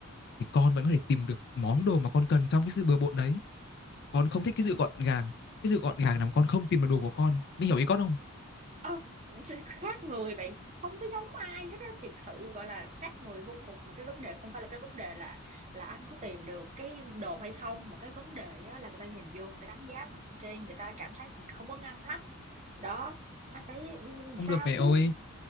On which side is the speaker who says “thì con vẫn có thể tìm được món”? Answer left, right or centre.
Left